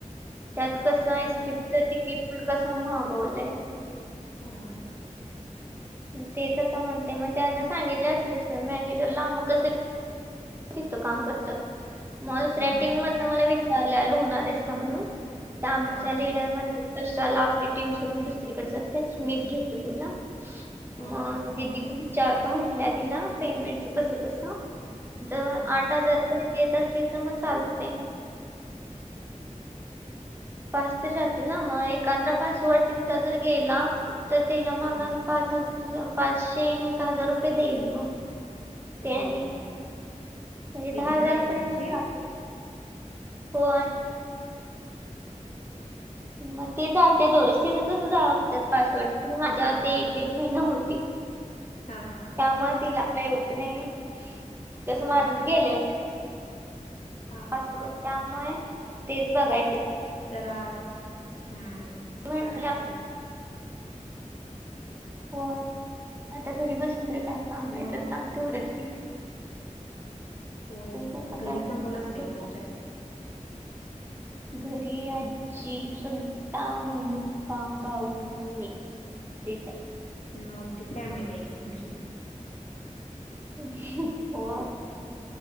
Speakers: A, on the right; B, on the left.
A: त्यात
B: हा
A: कसय,
B: हा
A: एस
B: मग
A: टीच तिकीट पण कस माहागवलंय.
B: हा. हां.
A: म तेच आता म्हणते. मग त्यांना सांगितलं असिस्टंट मॅनेजरला. म कसं - तिथं काम करत्यात. <unintelligible>
B: हा
A: मधन मला विचारल्यालं होणार आहेस का म्हणून. त आमच्या
B: हा हा
A: लीडर म्हणत्यात- कशाला आपली टीम सोडून दुसरीकडे जातेस. मिच घेतो तुला. मग-
B: हा हा
A: दिदी बी विचारतो म्हंटल्या तिला. पेमेंटच कसं कस? ज
B: हा हा.
A: आठ हजारपर्यंत देत असल तर मग चालतय.
B: हं. हं.
A: पाच तर राहतील ना? मग एखादा पासवर्ड तिथला जर गेला- तर त्याच्या
B: हा
A: माग आणि पाच हजार पाचशे नाही त हजार रुपये देईल मग. त्यानी
B: होय.
A: म्हणजे
B: दिदी
A: दहा हजारापर्यंत
B: पण आहे का तुमची?
A: जाते होय.
B: हा. हां.
A: म ती जातेया दररोज. तिचं कसं जात्यात पासवर्ड. माझ्या आधी एक दीड महिना होती.
B: हां. हा. हां.
A: म तिला काय एवढं नाही. तस
B: हा
A: माझच
B: हा
A: गेलेलं नाही.
B: हा
A: पासवर्ड.
B: हा
A: त्यामुळे तेच बघायचं.
B: जरा, हम्म
A: म्हंटलं
B: करायचं. हम.
A: होय. आता घरी बसून तरि काय काम
B: मग
A: येत आत्ता. म तेवढंच -
B: होय
A: तेच आत्ता
B: घरी
A: काय
B: कोण
A: <unintelligible>
B: कोण असते मग तुमच्या?
A: घरी आजी, चुलता, मम्मी पप्पा, भाऊ आणि मी. <unintelligible>
B: मोट्ठी फॅमिली आहे की तुमची म.
A: हो.